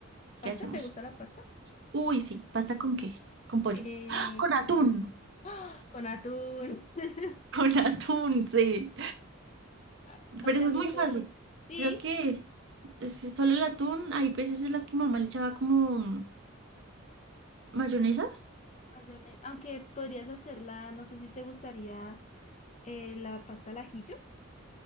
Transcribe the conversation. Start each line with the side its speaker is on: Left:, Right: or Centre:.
Left: ¿Pasta?
Right: ¿qué hacemos?
Left: ¿Te gusta la pasta?
Right: Uy, sí, ¿pasta con qué? Con pollo.
Left: Eh,
Right: ¡Ah! Con
Left: con,
Right: atún.
Left: pu- con atún. <laughs>
Right: <laughs> Con atún, sí.
Left: Ah, O
Right: Pero
Left: también
Right: eso es muy
Left: podría.
Right: fácil.
Left: Sí,
Right: Creo que es, es solo el atún. Hay veces en las que mamá le echaba como mayonesa.
Left: mayonesa. Aunque podrías hacerla, no sé si te gustaría eh, la pasta al ajillo